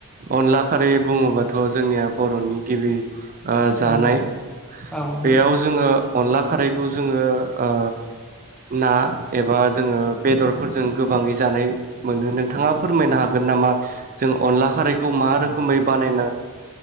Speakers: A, on the right; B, in the centre.
A: अनला खारि बुङोबाथ' जोंनिया बर'नि गिबि ओ जानाय
B: औ औ
A: बेयाव
B: नंगौ
A: जोङो अनला खारैखौ जोङो ओ ना एबा जोङो बेदरफोरजों गोबाङै जानाय मोननो नों नोंथाङा फोरमायनो हागोन नामा? जों अनला खारैखौ मा रो खोमै बानायना